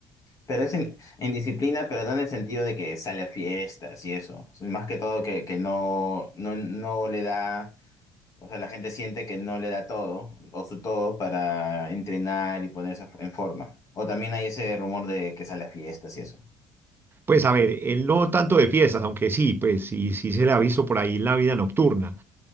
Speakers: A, on the left; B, on the right.
A: Pero es en, en disciplina, pero no en el sentido de que sale a fiestas y eso. Más que todo que, que no, no, no le da, o sea, la gente siente que no le da todo o su todo para entrenar y ponerse en forma. O también hay ese rumor de que sale a fiestas y eso.
B: Pues a ver, él no tanto de fiestas, aunque sí, pues sí, sí se le ha visto por ahí en la vida nocturna.